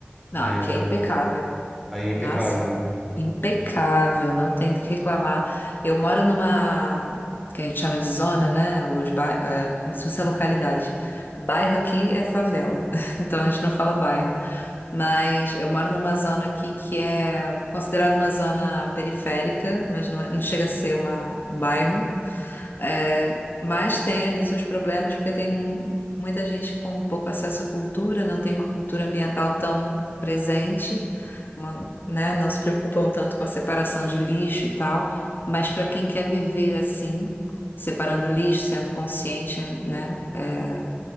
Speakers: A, in the centre; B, on the left (about 55°).
A: né?
B: Não, aqui é impecável.
A: Aí é impecável,
B: Nossa,
A: né?
B: impecável, não tem do que reclamar. Eu moro numa, que a gente chama de zona, né? Os bai- é, como se fosse a localidade. Bairro aqui é favela, <laughs> então a gente não fala bairro. Mas eu moro numa zona aqui que é considerada uma zona periférica, mas não, é- não chega a ser uma, um bairro. É, mas tem ali seus problemas, porque tem mu- muita gente com pouco acesso à cultura, não tem uma cultura ambiental tão presente, uma- né, não se preocupam tanto com a separação de lixo e tal. Mas para quem quer viver assim, separando lixo, sendo consciente, né, é,